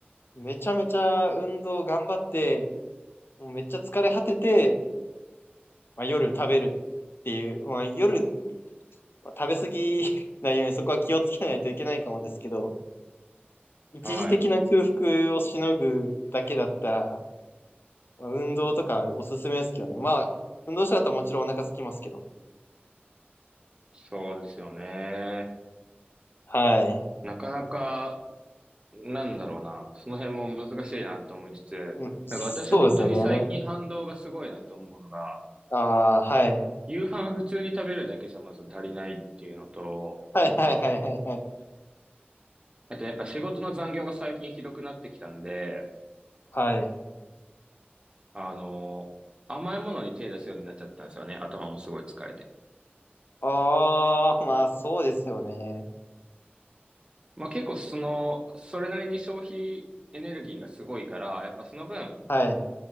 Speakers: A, on the left; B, on the right.
A: めちゃめちゃ運動頑張って、もうめっちゃ疲れ果てて、まあ、夜食べるっていう、まあ、夜、まあ食べ過ぎ <laughs> ないようにそこは気をつけないといけないかもですけど、一時的な空腹をしのぐだけだったら、
B: はい。
A: まあ運動とかおすすめですけどね。まあ、運動した後はもちろんお腹空きますけど。
B: そうですよね。
A: はい。
B: なかなか、なんだろうな。その辺も難しいなと思いつつ、
A: うん、そうですよね。
B: なんか私本当に最近反動がすごいなと思うのが、
A: ああ、はい。
B: 夕飯普通に食べるだけじゃまず足りないっていうのと、
A: はいはいはいはいはい。
B: あとやっぱ仕事の残業が最近ひどくなってきたんで、
A: はい。
B: あの、甘いものに手出すようになっちゃったんですよね。頭もすごい疲れて。
A: ああ、まあそうですよね。
B: まあ結構その、それなりに消費エネルギーがすごいから、やっぱその分、
A: はい。